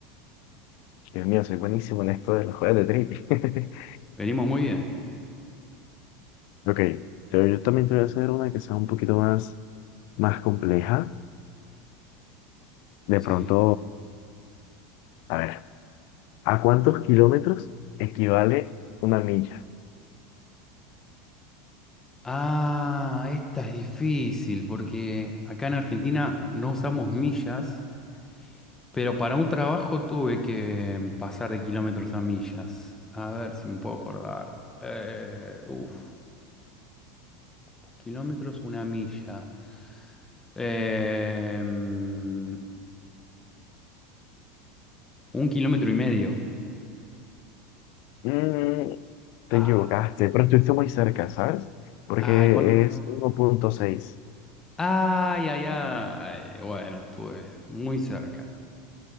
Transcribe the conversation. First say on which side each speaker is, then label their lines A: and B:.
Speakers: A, on the left (about 55°); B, on the left (about 15°).
A: Dios mío, soy buenísimo en esto de los juegos de trivia. <laughs>
B: Venimos muy bien.
A: Ok. Yo, yo también te voy a hacer una que sea un poquito más, más compleja. De
B: Sí.
A: pronto, a ver, ¿a cuántos kilómetros equivale una milla?
B: Ah, esta es difícil porque acá en Argentina no usamos millas, pero para un trabajo tuve que pasar de kilómetros a millas. A ver si me puedo acordar. Eh, uf, ¿cuántos kilómetros? Una milla. Eh, mm, un kilómetro y medio.
A: Mm, te
B: Ah,
A: equivocaste, pero estuviste muy cerca, ¿sabes? Porque
B: ay, ¿cuánto?
A: es 1.6.
B: Ay, ay, ay. Bueno, estuve muy cerca.